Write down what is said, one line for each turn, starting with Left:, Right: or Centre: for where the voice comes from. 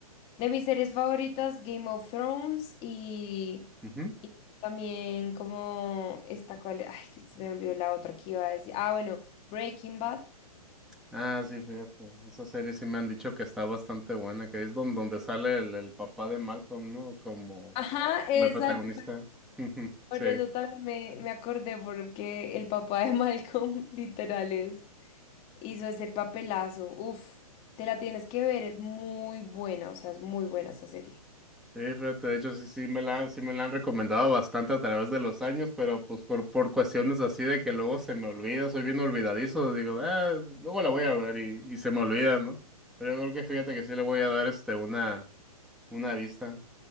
Left: de mis series favoritas, Game of Thrones y,
Centre: ujú.
Left: y también como esta cual, ay, que se me olvidó la otra que iba a decir. Ah, bueno, Breaking Bad.
Centre: Ah, sí, fíjate. Esa serie sí me han dicho que está bastante buena, que es don- donde sale el, el papá de Malcolm, ¿no? Como,
Left: Ajá, exacto.
Centre: como el protagonista. <laughs>
Left: Por
Centre: Sí.
Left: eso también me, me acordé porque el papá de Malcolm <laughs> literal es. hizo ese papelazo. uff te la tienes que ver, es muy buena, o sea, es muy buena esa serie.
Centre: Sí, fíjate, de hecho sí, sí me la, sí me la han recomendado bastante a través de los años, pero pues por, por cuestiones así de que luego se me olvida, soy bien olvidadizo, digo, ah, luego la voy a ver y, y se me olvida, ¿no? Pero yo creo que fíjate que sí le voy a dar este una, una vista.